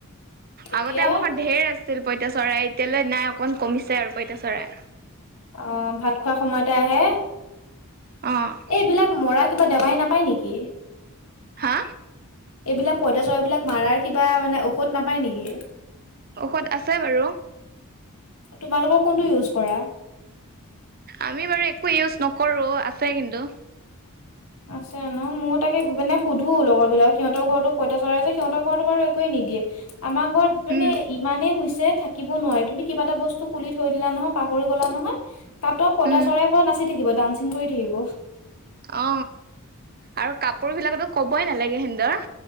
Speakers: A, on the left; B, on the right.
A: এতিয়া
B: আগতে আমাৰ ঢেৰ আছিল পঁইতা চৰাই এতিয়ালৈ নাই অকণমান কমিছে আৰু পঁইতা চৰাই।
A: অ, ভাত খোৱাৰ সময়তে আহে।
B: অ'।
A: এইবিলাক মৰা কি'বা দেৱাই নাপায় নেকি।
B: হা?
A: এইবিলাক পইতা চৰাই বিলাক মাৰাৰ কিবা মানে ঔষধ নাপায় নেকি।
B: ঔষধ আছে বাৰু।
A: তোমালোকৰ কোনটো ইউজ কৰা?
B: আমি বাৰু একো ইউজ নকৰো আছে কিন্তু।
A: আছে ন মই তাকে মানে সুধো লগৰ বিলাক সিহঁতৰ ঘৰতো পইতা চৰাই যে সিহতৰ ঘৰতো বাৰু একোৱে নিদিয়ে। আমাৰ ঘৰত মানে
B: উম
A: ইমানেই হৈছে থাকি কিব নোৱাৰি তুমি কিবা এটা বস্তু খুলি থৈ দিলা নহয় পাহৰি গ'লা নহয়। তাতো পইতা
B: উম
A: চৰাই পোৰা নাচি থাকিব, ডান্সিং কৰি থাকিব।
B: অ, আৰু কাপোৰ বিলাকতো ক'বই নালাগে সিন্টৰ